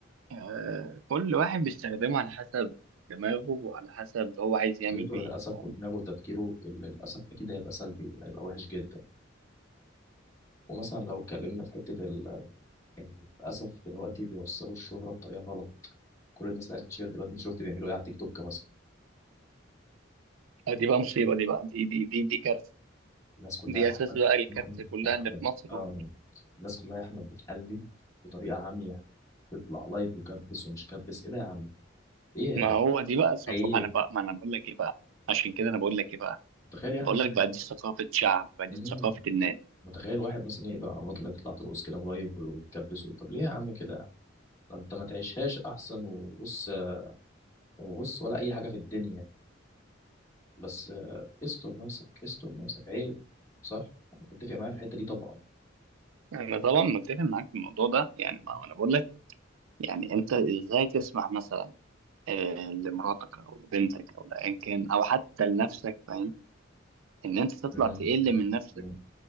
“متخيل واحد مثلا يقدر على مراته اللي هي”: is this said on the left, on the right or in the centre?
Left